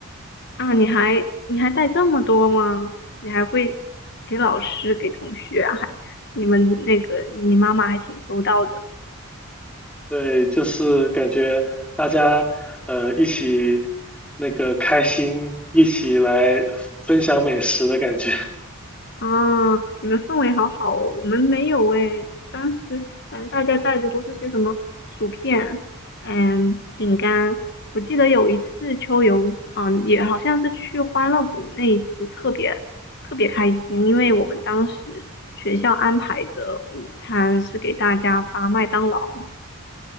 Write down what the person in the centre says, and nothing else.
对，就是感觉大家呃一起那个开心，一起来分享美食的感觉。<laughs>